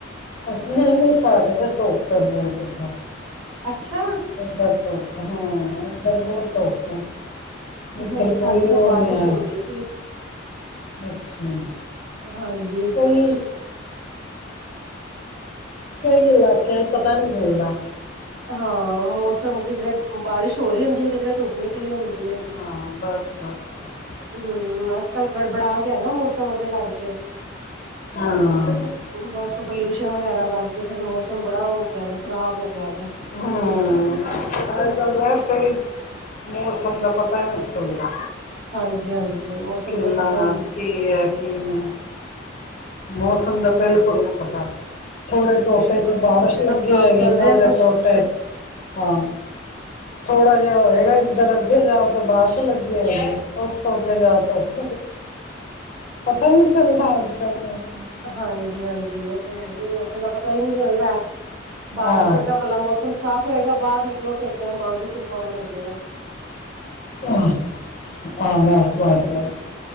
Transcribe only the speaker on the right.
ਅੱਛਾ
ਨਹੀਂ ਸਾਡੇ
ਤੇ
ਬਾਰਿਸ਼
ਹੋ ਰਹੀ ਸੀ,
ਹਾਂਜੀ।
ਹਾਂ, ਮੌਸਮ ਕਿਦਰੇ ਬਾਰਿਸ਼ ਹੋ ਰੀ ਹੁੰਦੀ ਐ ਕਿਦਰੇ ਧੁੱਪ ਨੀਕ ਕਲੀ ਹੁੰਦੀ ਐ,
ਹੂੰ ਅੱਜ ਕੱਲ੍ਹ ਗੜਬੜਾ <unintelligible> ਮੌਸਮ ਔਦੇ ਕਰਕੇ
ਬਸ ਪਲਿਊਸ਼ਨ ਵਗੈਰਾ ਕੇ ਫੇਰ ਮੌਸਮ ਬੜਾ ਔ ਗਆ ਦਾ, ਖਰਾਬ ਹੋ ਗਆ ਦਾ
ਹਾਂਜੀ-ਹਾਂਜੀ, ਮੌਸਮ
ਦਾ ਪਤਾ ਹੀ ਨਹੀਂ
ਬਿਲਕੁਲ
ਮੌਸਮ
ਤੇ
ਨਾ ਖ਼ਰਾਬ
ਚੱਲ
ਰਿਹਾ ਕੁਛ
ਹਾਂਜੀ, ਹਾਂਜੀ ਓ ਤੇ ਹੈ ਈ ਐ ਮੌਸਮ ਦਾ ਪਤਾ ਈ ਨੀ ਚੱਲਦਾ ਬਾਰ
ਚੰਗਾ ਪਲਾ ਮੌਸਮ ਮੌਸਮ ਸਾਫ਼ ਹੋਏਗਾ ਬਾਰ ਨਿਕਲੋ ਤੇ ਇੱਕਦਮ ਆਂਦੀ, ਤੂਫਾਨ ਆ ਜੇਗਾ।